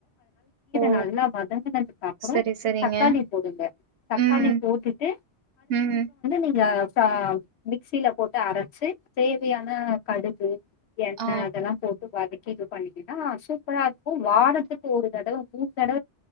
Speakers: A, on the right; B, on the left.
A: ஓ
B: நல்லாங்கது
A: சரி சரிங்க
B: தக்காளி போடு தாளி
A: ம்
B: போட்டுது
A: ம்
B: நீங்க மிக்சியில போட்டு அரைச்சு தேவையான கடுகு எண்ணெய்
A: ஆ
B: அதெல்லாம் போட்டு வதக்கிக்கு இது பண்ணிீன்னா சூப்பர் அா இருக்கும் வாரத்துக்கு ஒரு தடவை உ கட